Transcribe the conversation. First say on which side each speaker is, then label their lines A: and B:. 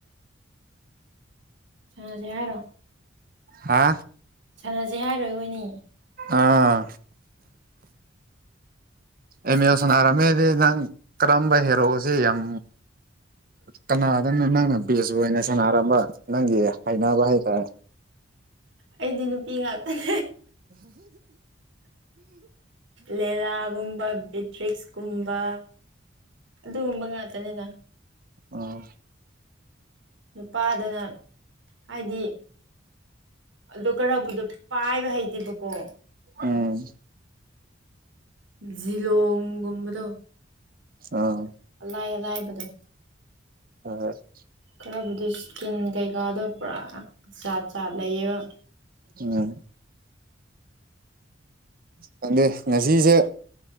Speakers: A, on the right; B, on the right.
A: ꯌꯥꯔꯦ ꯍꯥꯏꯔꯣ
B: ꯍꯥ
A: ꯁꯥꯟꯅꯁꯦ ꯍꯥꯏꯔꯣꯏꯈꯣꯏꯅꯤ
B: ꯑꯥ ꯑꯦꯝ ꯑꯦꯜ ꯁꯥꯟꯅꯔꯗꯤ ꯅꯪ ꯀꯔꯝꯕ ꯍꯦꯔꯣꯁꯦ ꯌꯥꯝ ꯀꯅꯥꯗꯅ ꯅꯪꯅ ꯕꯦꯖꯑꯣꯏꯅ ꯁꯅꯔꯝꯕ ꯅꯪꯒꯤ ꯍꯩꯅꯥꯕ ꯍꯥꯏꯇꯥ
A: ꯑꯩꯗꯤ ꯅꯨꯄꯤ ꯉꯥꯛꯇꯅꯦ ꯂꯦꯂꯥꯒꯨꯝꯕ ꯕꯤꯇ꯭ꯔꯤꯛꯁ ꯨꯒꯨꯝꯕ ꯑꯗꯨꯒꯨꯝꯕ ꯉꯥꯛꯇꯅꯤꯅ
B: ꯑꯣ
A: ꯅꯨꯄꯥꯗꯅ ꯍꯥꯏꯗꯤ ꯑ ꯈꯔꯕꯨꯗꯣ ꯄꯥꯏꯕ ꯍꯩꯇꯦꯕꯀꯣ
B: ꯎꯝ
A: ꯖꯤꯂꯣꯡꯒꯨꯝꯕꯗꯣ
B: ꯑꯥ
A: ꯑꯔꯥꯏ ꯑꯔꯥꯏꯕꯗꯣ
B: <inaudible>
A: ꯈꯔꯕꯨꯗꯤ ꯁꯀꯤꯝ ꯀꯩꯀꯥꯗꯣ ꯄꯨꯔꯥ ꯆꯥꯠꯂꯩꯌꯦꯕ
B: ꯎꯝ ꯈꯪꯗꯦ ꯉꯥꯁꯤꯁꯦ